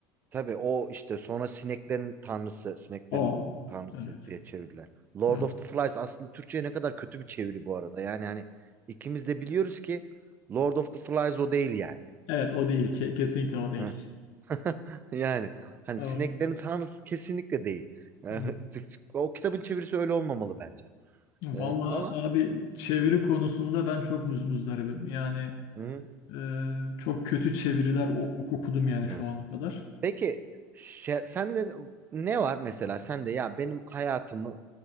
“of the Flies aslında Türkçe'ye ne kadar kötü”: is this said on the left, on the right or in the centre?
Right